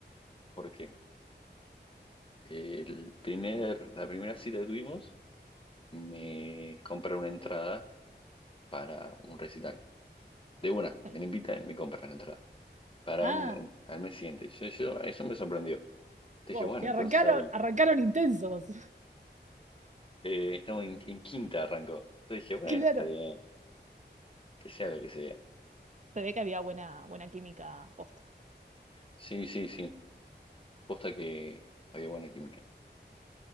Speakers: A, on the left (about 30°); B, on the right (about 40°).
A: ¿Por qué? El primer, la primera cita que tuvimos, me compré una entrada para un recital. De una,
B: Sí.
A: me la invitan y me compra la entrada. Para
B: Ah,
A: un, un- al mes siguiente. Yo, yo- eso me sorprendió. Te
B: Wow,
A: dije, bueno,
B: y
A: entonces
B: arrancaron,
A: ahí.
B: arrancaron intensos. <laughs>
A: eh, estamos en, en quinta, arrancó. Yo dije, bueno,
B: Claro.
A: está bien, que sea lo que sea.
B: Se ve que había buena, buena química posta.
A: Sí, sí, sí. Posta que había buena química.